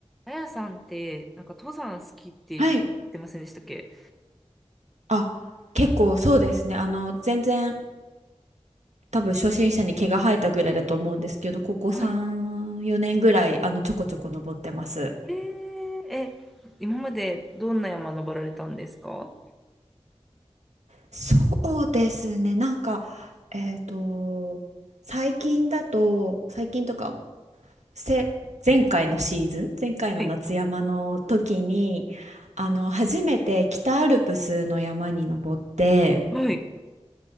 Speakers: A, in the centre; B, on the right.
A: あやさんって、なんか登山好きって言ってませんでしたっけ
B: はい。あ、結構そうですね。あの、全然多分初心者に毛が生えたぐらいだと思うんですけど、ここ3、
A: はい。
B: 4年ぐらい、あの、ちょこちょこ登ってます。
A: えー、え、今までどんな山登られたんですかは
B: そうですね。なんか、えっと、最近だと、最近とか、せ、前回のシーズン、前回の夏山の時に、
A: い、
B: あの、初めて北アルプスの山に登って、
A: はい、